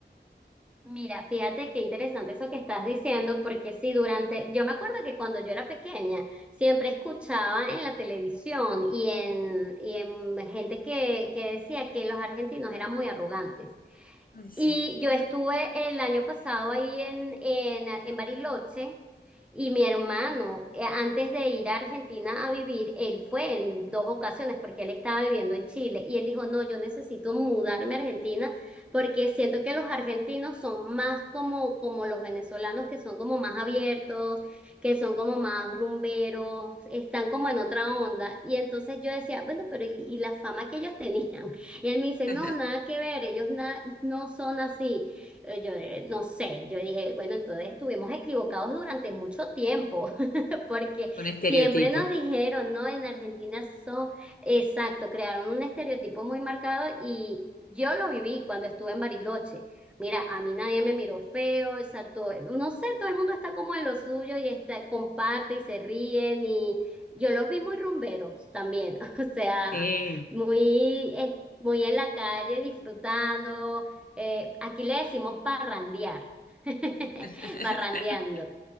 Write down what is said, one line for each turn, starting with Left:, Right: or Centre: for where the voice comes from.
Centre: Mira, fíjate qué interesante eso que estás diciendo, porque sí, durante, yo me acuerdo que cuando yo era pequeña, siempre escuchaba en la televisión y en, y en gente que, que decía que los argentinos eran muy arrogantes.
Left: Ay, sí.
Centre: Y yo estuve el año pasado ahí en, en, en Bariloche y mi hermano, eh, antes de ir a Argentina a vivir, él fue en dos ocasiones porque él estaba viviendo en Chile y él dijo, no, yo necesito mudarme a Argentina porque siento que los argentinos son más como, como los venezolanos, que son como más abiertos, que son como más rumberos, están como en otra onda. Y entonces yo decía, bueno, pero ¿y, y la fama que ellos tenían? <laughs> Y él me dice,
Left: <laughs>
Centre: no, nada que ver, ellos na- no son así. Eh, Yo de- no sé, yo dije, bueno, entonces estuvimos equivocados durante mucho tiempo. <laughs> porque
Left: Un estereotipo.
Centre: siempre nos dijeron, ¿no? En Argentina son, exacto, crearon un estereotipo muy marcado y yo lo viví cuando estuve en Bariloche. Mira, a mí nadie me miró feo, o sea, todo- no sé, todo el mundo está como en lo suyo y está, comparte y se ríen y yo los vi muy rumberos también, <laughs> o sea,
Left: Sí.
Centre: muy, eh, muy en la calle disfrutando. Eh, aquí le decimos parrandear, <laughs>
Left: <laughs>
Centre: parrandeando.